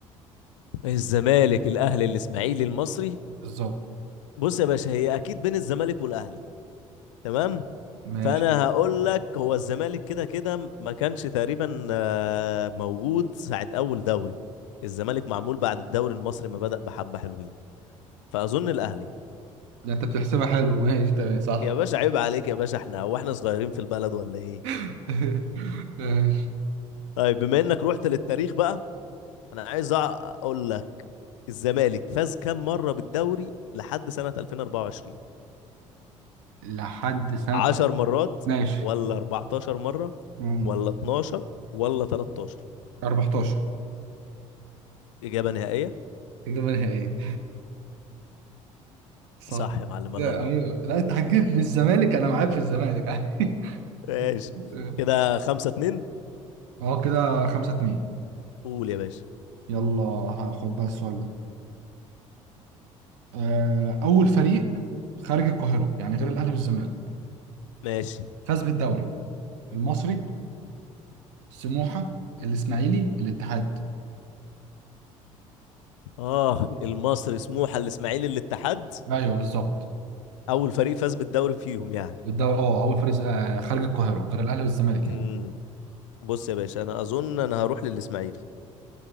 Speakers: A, on the left; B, on the right.
A: الزمالك الاهلي الاسماعيلي المصري
B: بالظبط
A: بص يا باشا هي اكيد بين الزمالك والاهلي تمام
B: ماشي
A: فانا هقول لك هو الزمالك كده كده ما كانش تقريبا آه، موجود ساعة اول دوري الزمالك معمول بعد الدوري المصري ما بدأ بحبة حلوين فاظن الاهلي
B: ده انت بتحسبها حلو ماشي تمام صح
A: يا باشا عيب عليك يا باشا احنا هو احنا صغيرين في البلد ولا ايه
B: <laughs> ماشي
A: طيب بما انك رحت للتاريخ بقى انا عايز أع- اقول لك الزمالك فاز كام مرة بالدوري لحد سنة 2024
B: لحد سنة
A: 10 مرات
B: ماشي
A: ولا 14 مرة
B: مم.
A: ولا 12 ولا 13
B: 14
A: إجابة نهائية
B: إجابة نهائية صح
A: صح يا معلم
B: لا
A: الله ينور
B: ايوه لا انت هتجيب في الزمالك انا معاك في الزمالك عادي
A: ماشي
B: <laughs>
A: كده خمسة اتنين
B: اه كده خمسة اتنين
A: قول يا باشا
B: يلا هاخد بقى السؤال ده آه، أول فريق خارج القاهرة يعني غير الأهلي والزمالك
A: ماشي
B: فاز بالدوري المصري سموحة الإسماعيلي الاتحاد
A: اه المصري سموحة الاسماعيلي الاتحاد
B: أيوه بالظبط
A: اول فريق فاز بالدوري فيهم يعني
B: الدوري اه أول فريق آه، خارج القاهرة غير الأهلي والزمالك
A: امم
B: يعني
A: بص يا باشا انا اظن انا هروح للاسماعيلي